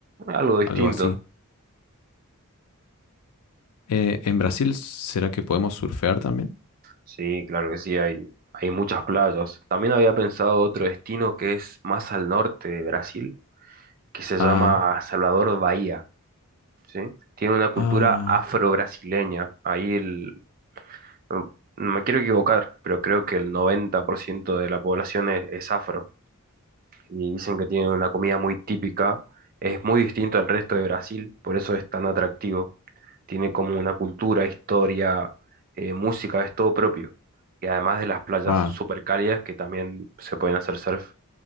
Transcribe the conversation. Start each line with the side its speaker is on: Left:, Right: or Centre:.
Right: algo distinto.
Left: algo así. Eh, ¿en Brasil será que podemos surfear también?
Right: Sí, claro que sí, hay, hay muchas playas. También había pensado otro destino que es más al norte de Brasil, que se llama
Left: Ah,
Right: Salvador Bahía, ¿sí? Tiene una cultura
Left: Ah,
Right: afro-brasileña. Ahí el, no no me quiero equivocar, pero creo que el 90% de la población es, es afro. Y dicen que tienen una comida muy típica, es muy distinto al resto de Brasil, por eso es tan atractivo tiene como una cultura, historia, eh, música, es todo propio. Y además de las playas
Left: ah,
Right: súper cálidas que también se pueden hacer surf.